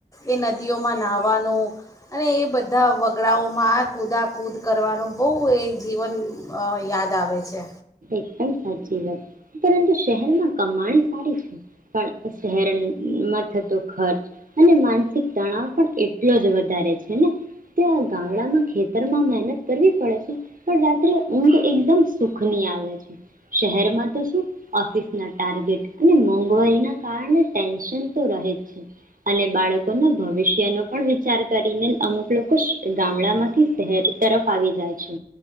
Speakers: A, on the left; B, on the right.
A: એ નદીઓમાં નાહવા વાનું અને એ બધા વગડાઓમાં આ કૂદા કૂદ કરવાનું બહુ એ જીવન અ યાદ આવે છે.
B: અરે હાચી વાત પરંતુ શહેરમાં કમાણી સારી છે, પણ શહેરોમાં થતો ખર્ચ અને માનસિક તણાવ પણ એટલો જ વધારે છેને તે આ ગામડામાં ખેતરમાં મહેનત કરવી પડે છે, પણ રાત્રે ઊંઘ એકદમ સુખ બની આવે છે. શહેરમાં તો શું ઓફિસ ના ટારગેટ અને મોંઘવારી ના કારણે ટેન્શન તો રહે જ છે. અને બાળકોના ભવિષ્યનો પણ વિચાર કરીને અમુક લોકો ગામડામાંથી શહેર તરફ આવી જાય છે.